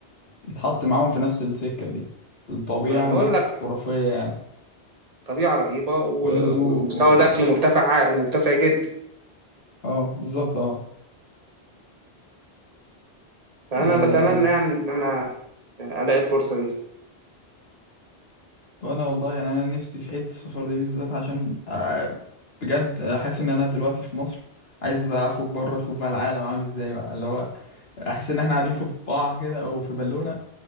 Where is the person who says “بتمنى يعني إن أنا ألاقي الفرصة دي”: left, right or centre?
Right